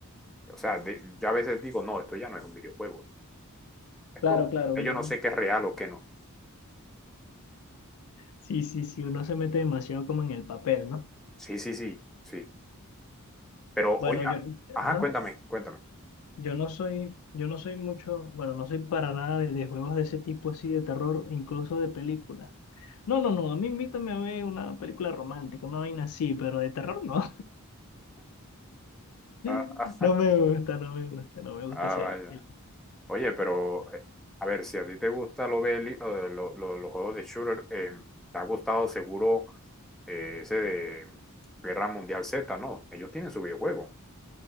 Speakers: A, in the centre; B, on the left.
A: o sea, de, ya a veces digo, no, esto ya no es un videojuego, esto,
B: Claro, claro, uno,
A: yo no sé qué es real o qué no.
B: sí, sí, sí, uno se mete demasiado como en el papel, ¿no?
A: Sí, sí, sí, sí. Pero,
B: Bueno,
A: oye,
B: yo,
A: ajá,
B: ajá,
A: cuéntame, cuéntame.
B: yo no soy, yo no soy mucho, bueno, no soy para nada de, de juegos de ese tipo así, de terror, e incluso de películas. No, no, no, a mí invítame a ver una película romántica, una vaina así, pero de terror no,
A: Ah,
B: <laughs>
A: ah,
B: no me gusta, no me gusta, no me gusta
A: ah,
B: ese...
A: vaya.
B: el-
A: Oye, pero, eh, a ver, si a ti te gusta lo beli- o lo- lo- los juegos de shooter, eh, te ha gustado seguro eh, ese de Guerra Mundial Z, ¿no? Ellos tienen su videojuego.